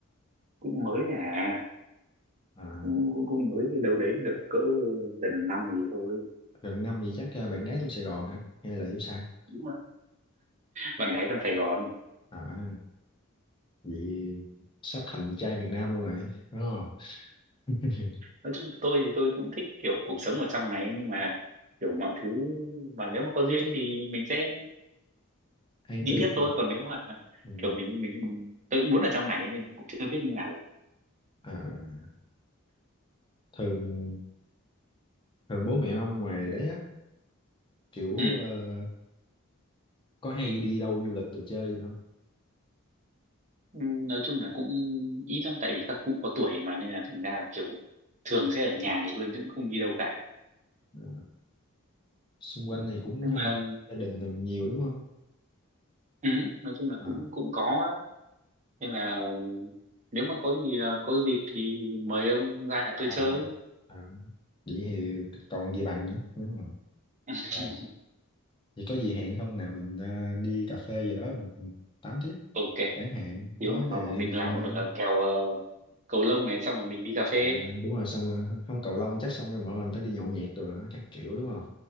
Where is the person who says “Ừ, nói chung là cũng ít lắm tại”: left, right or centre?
Right